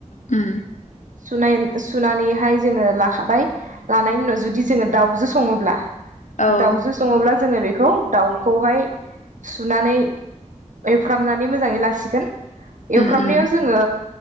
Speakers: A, on the left; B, on the right.
A: उम
B: सुनाय सुनानैहाय जोङो लाखाबाय लानायनि उनाव जुदि जोङो दाउजो सङोब्ला ।
A: औ
B: दाावजो सङोब्ला जोङो बेख खौ दाउखौहाय सुनानै एफ्रामनानै मोजाङै लासिगोन।
A: उम
B: एवफ्रामनायाव
A: उम
B: जोङो